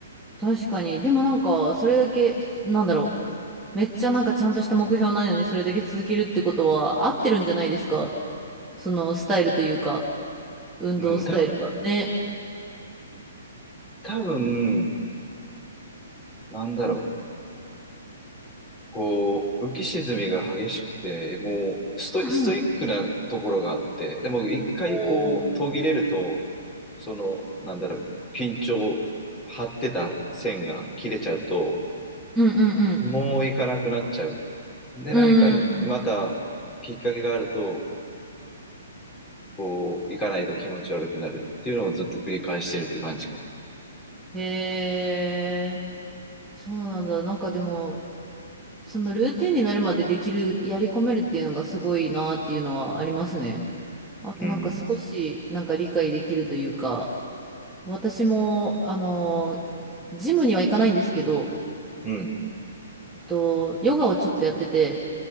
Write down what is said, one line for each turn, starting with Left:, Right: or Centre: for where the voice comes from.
Centre: 確かに。でもなんか、それだけ、なんだろう。めっちゃなんかちゃんとした目標ないのにそれだけ続けるってことは合ってるんじゃないですか。そのスタイルというか、運動スタイルが。
Left: うん、た、
Centre: ね。
Left: 多分、なんだろう。こう、浮き沈みが激しくて、もうストイ、
Centre: うんうん。
Left: ストイックなところがあって、でも一回こう、
Centre: おー
Left: 途切れると、その、なんだろう、緊張、張ってた線が切れちゃうと、
Centre: うんうん
Left: もう行かなくなっちゃう。で、
Centre: うん。
Left: 何かまたきっかけがあると、
Centre: うん。
Left: こう、行かないと気持ち悪くなるっていうのをずっと繰り返してるって感じかも。
Centre: へえ、そうなんだ。なんかでも、そのルーティンになるまでできる、やり込めるっていうのがすごいなっていうのはありますね。あとなんか少しなんか理解できるというか、
Left: うん。
Centre: 私も、あの、ジムには行かないんですけど、
Left: うん。
Centre: えっと、ヨガをちょっとやってて、